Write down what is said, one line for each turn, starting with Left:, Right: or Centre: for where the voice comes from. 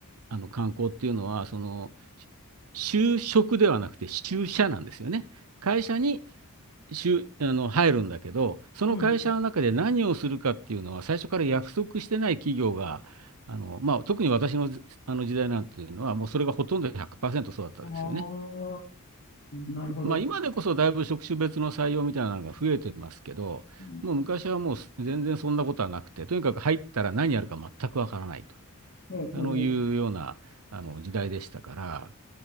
Right: あの、観光っていうのは、その、就職ではなくて就社なんですよね。会社に就、あの、入るんだけど、その会社の中で何をするかっていうのは、
Left: うん。
Right: 最初から約束してない企業が、あの、まあ、特に私の、あの時代なんていうのは、もうそれがほとんど100%そうだったですよね。
Left: ああ、なるほど。
Right: まあ、今でこそだいぶ職種別の採用みたいなのが増えてますけど、
Left: うん
Right: もう昔はもうす全然そんなことはなくて、とにかく入ったら何やるか全くわからないと
Left: ほうほうほう。
Right: あのいうようなあの時代でしたから、